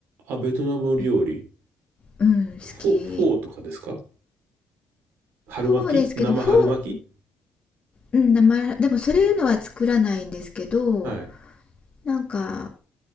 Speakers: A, on the right (about 85°); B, on the left (about 35°).
A: あ、ベトナム料理。
B: えうん好き
A: フォ、フォーとかですか春巻き生春巻き
B: フォーですけどフォー、うん、生でもそういうのは作らないんですけど
A: はい。
B: なんか